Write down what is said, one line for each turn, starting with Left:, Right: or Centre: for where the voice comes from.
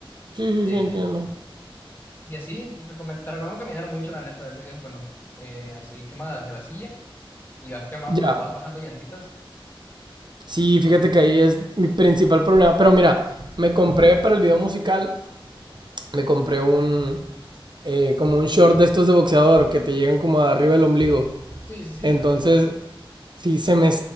Right: Sí, sí,
Left: Eh,
Right: sí, entiendo.
Left: y así, recomen- te recomiendo caminar mucho, la neta, es, es bueno. Eh, así quemas la vasilla y vas quemando,
Right: Ya.
Left: vas bajando llantitas.
Right: Sí, fíjate
Left: Entonces,
Right: que ahí es mi principal problema. Pero mira, me compré
Left: ujú.
Right: para el video musical me compré un eh, como un short de estos de boxeador que te llegan como arriba del ombligo.
Left: Sí, sí, sí,
Right: Entonces,
Left: te te cubre, ¿no?
Right: sí se me